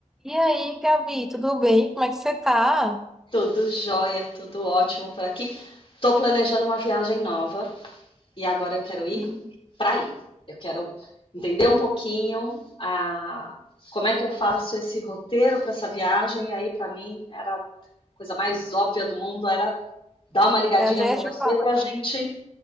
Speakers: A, in the centre; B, on the left (about 45°).
A: E aí, Gabi, tudo bem? Como é que você tá?
B: Tudo jóia, tudo ótimo por aqui. Tô planejando uma viagem nova e agora eu quero ir
A: Me-
B: para aí. Eu quero entender um pouquinho a como é que eu faço esse roteiro para essa viagem e aí para mim era a coisa mais óbvia do mundo era dar uma ligadinha
A: Eu já
B: para
A: ia te
B: você
A: falar.
B: para a gente.